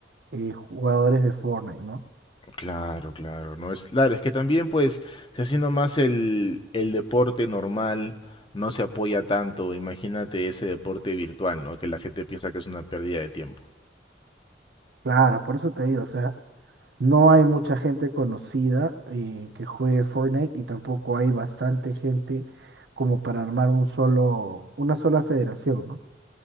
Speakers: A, on the right (about 65°); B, on the left (about 25°).
A: eh, jugadores de Fortnite, ¿no?
B: Claro, claro, no es, claro, es que también pues se haciendo más el, el deporte normal, no se apoya tanto, imagínate ese deporte virtual, ¿no? Que la gente piensa que es una pérdida de tiempo.
A: Claro, por eso te digo, o sea. No hay mucha gente conocida eh, que juegue Fortnite y tampoco hay bastante gente como para armar un solo, una sola federación, ¿no?